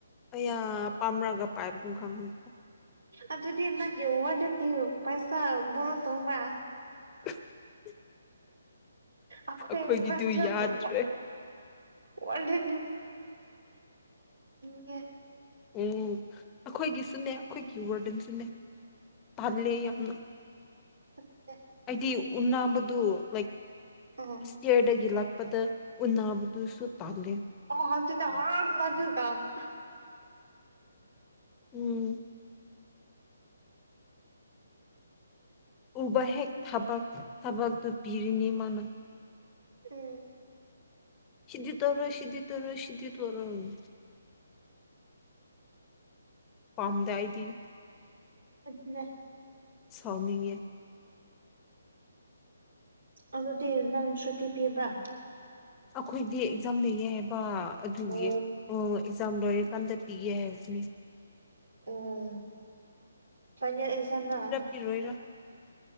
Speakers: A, on the left (about 20°); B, on the right (about 80°).
A: ꯀꯌꯥ ꯄꯥꯝꯔꯒ ꯄꯥꯏꯕꯅꯣ ꯈꯪꯗꯦ
B: ꯑꯗꯨꯗꯤ ꯅꯪꯒꯤ ꯋꯥꯔꯗꯟꯗꯤ ꯄꯩꯁꯥ ꯕꯣꯔꯣ ꯇꯧꯕ꯭ꯔꯥ
A: <unintelligible>
B: ꯑꯈꯣꯏ
A: ꯑꯩꯈꯣꯏꯒꯤꯗꯨ
B: ꯀ꯭ꯂꯥꯁ ꯇꯋꯦꯜꯐꯒꯤ
A: ꯌꯥꯗ꯭ꯔꯦ
B: ꯋꯥꯔꯗꯦꯟ <unintelligible>
A: ꯎꯝ ꯑꯩꯈꯣꯏꯒꯤꯁꯨꯅꯦ ꯑꯩꯈꯣꯏꯒꯤ ꯋꯥꯔꯗꯦꯟꯁꯨꯅꯦ ꯇꯜꯂꯦ ꯌꯥꯝꯅ
B: ꯑꯗꯨꯅꯦ
A: ꯑꯩꯗꯤ ꯎꯅꯕꯗꯨ ꯂꯥꯏꯛ
B: ꯑ
A: ꯏꯁꯇꯤꯌꯔꯗꯒꯤ ꯂꯥꯛꯄꯗ ꯎꯅꯕꯗꯨꯁꯨ ꯇꯜꯂꯦ
B: ꯑꯣ ꯑꯗꯨꯅ ꯑꯥꯗ <unintelligible>
A: ꯎꯝ ꯎꯕ ꯍꯦꯛ ꯊꯕꯛ ꯊꯕꯛꯇꯨ ꯄꯤꯔꯤꯅꯤ ꯃꯥꯅ
B: ꯎꯝ
A: ꯁꯤꯗꯤ ꯇꯧꯔꯣꯏ ꯁꯤꯗꯤ ꯇꯧꯔꯣꯏ ꯁꯤꯗꯤ ꯇꯧꯔꯣꯏ ꯄꯥꯝꯗꯦ ꯑꯩꯗꯤ
B: ꯑꯗꯨꯅꯦ
A: ꯁꯥꯎꯅꯤꯡꯉꯦ
B: ꯑꯗꯨꯗꯤ ꯅꯪ ꯁꯨꯇꯤ ꯄꯤꯕ꯭ꯔ
A: ꯑꯩꯈꯣꯏꯗꯤ ꯑꯦꯛꯖꯥꯝ ꯂꯩꯌꯦ ꯍꯥꯏꯕ ꯑꯗꯨꯒꯤ
B: ꯑꯣ
A: ꯑꯣ ꯑꯦꯛꯖꯥꯝ ꯂꯣꯏꯔꯀꯥꯟꯗ ꯄꯤꯒꯦ <unintelligible>
B: ꯑꯣ ꯐꯥꯏꯅꯦꯜ ꯑꯦꯛꯖꯥꯝꯔ
A: ꯏꯔꯣꯏꯔ